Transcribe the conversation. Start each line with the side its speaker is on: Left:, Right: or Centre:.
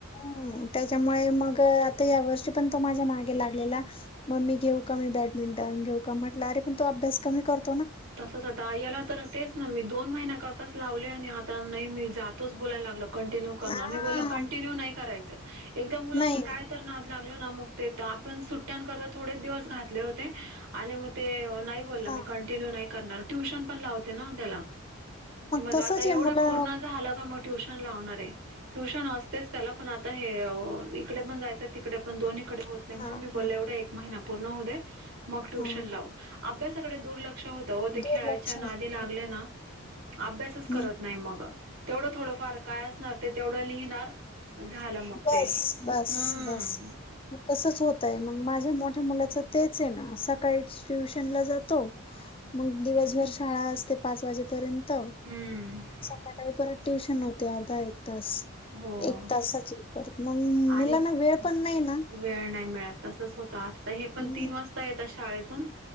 Left: हम्म त्याच्यामुळे मग अ आता या वर्षी पण तो माझ्या मागे लागलेला मम्मी घेऊ का मी बॅट बॅडमिंटन घेऊ का. म्हटलं अरे पण तू अभ्यास कमी करत
Right: तसच आता याला तर तेच ना मी दोन महिन्या करताच लावले, आणि आता नाही मी जातोच बोलाय लागला कंटिन्यू करणार.
Left: हा
Right: मी बोललं कंटिन्यू नाही करायचं. एकदा मुलांना
Left: नाही
Right: काय तर नाद लागला ना मग ते त आपण सुट्ट्यांकरता थोडेच दिवस घातले होते. आणि मग ते नाही बोलला
Left: हा
Right: मी कंटिन्यू नाही करणार. ट्युशन पण लावते ना त्याला. मग
Left: तसच
Right: आता एवढं
Left: आहे मुलं
Right: पूर्ण झालं का मग ट्युशन लावणारय ट्युशन असतेच त्याला. पण आता हे इकडे पण जायचं तिकडे पण पण दोन्हीकडे होत नाही. म्हणून
Left: हां,
Right: मी बोले
Left: हां,
Right: एवढं एक महिना पूर्ण होऊ दे. मग ट्युशन
Left: हां.
Right: लावु. अभ्यासाकडे दुर्लक्ष होतं ओ. ते
Left: दुर्लक्ष
Right: खेळायच्या नादी
Left: होतं.
Right: लागले ना अभ्यासच
Left: हं.
Right: करत नाही मग तेवढं थोडंफार काय असणार ते तेवढं लिहिणार झालं मग
Left: बस
Right: ते
Left: बस
Right: हम्म
Left: बस मग तसच होतय मग माझं मोठ्या मुलाच तेचय ना सकाळी ट्युशन ला जातो. मग दिवसभर शाळा पाच ते पाच वाजेपर्यंत. त
Right: हम्म
Left: संध्याकाळी परत ट्युशन होते अर्धा एक तास.
Right: हो
Left: एक तासाची परत मंग मुलांना
Right: आणि
Left: वेळ पण नाही. ना.
Right: वेळ नाही मिळत. तसच होतं. आता हे पण
Left: हं,
Right: तीन वाजता येता शाळेत तून